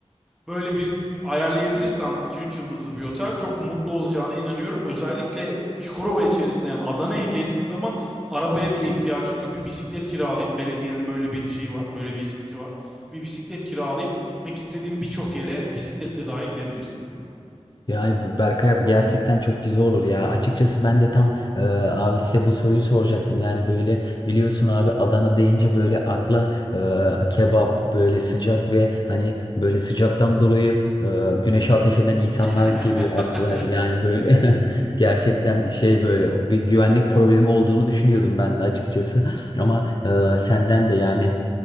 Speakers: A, in the centre; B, on the left (about 40°).
A: böyle bir ayarlayabilirsem iki üç yıldızlı bir otel çok mutlu olacağına inanıyorum. Özellikle Çukurova içerisinde yani Adana'ya gezdiğin zaman arabaya bile ihtiyacın yok. Bir bisiklet kiralayıp belediyenin böyle bir şeyi var, böyle bir hizmeti var. Bir bisiklet kiralayıp gitmek istediğin birçok yere bisikletle dahi gidebilirsin.
B: Yani B- Berkay abi gerçekten çok güzel olur ya. Açıkçası ben de tam e, abi size bu soruyu soracaktım. Yani böyle biliyorsun abi Adana deyince böyle akla e, kebap böyle sıcak ve hani böyle sıcaktan dolayı e, güneşe ateş eden insanlar
A: Hahaha.
B: geliyor akla. Yani böyle <laughs> gerçekten şey böyle o- bir güvenlik problemi olduğunu düşünüyordum ben de açıkçası. Ama e, senden de yani